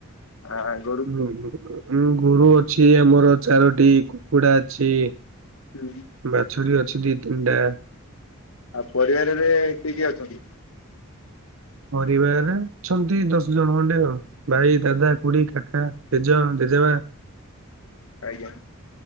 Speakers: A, on the left; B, on the right.
A: ଆଇ
B: ଉଁ ଗୋରୁ ଅଛି ଆମର ଚାରୋଟି କୁକୁଡା ଅଛି।
A: ହୁଁ।
B: ବାଛୁରୀ ଅଛି ଦି ତିନିଟା।
A: ଆଉ ପରିବାରରେ କିଏ କିଏ ଅଛନ୍ତି?
B: ପରିବାରରେ ଅଛନ୍ତି ଦଶ ଜଣ ଖଣ୍ଡେ ଆଉ। ଭାଇ ଦାଦା ଖୁଡୀ କାକା ଜେଜ ଜେଜେମା।
A: ଆଜ୍ଞା